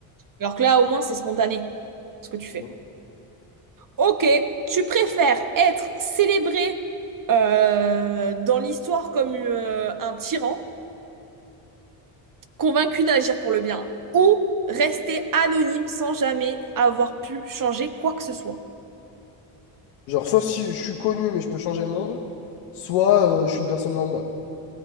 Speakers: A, on the right; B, on the left.
A: Alors que là, au moins, c'est spontané, ce que tu fais.
B: ouais.
A: Ok, tu préfères être célébré euh, dans l'histoire comme euh, un tyran? convaincu d'agir pour le bien, ou rester anonyme sans jamais avoir pu changer quoi que ce soit.
B: Genre, soit si je suis connu, mais je peux changer le monde, soit euh, je suis une personne lambda, quoi.